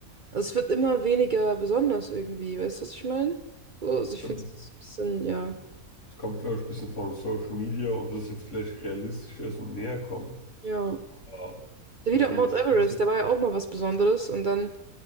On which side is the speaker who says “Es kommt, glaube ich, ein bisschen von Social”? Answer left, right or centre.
Left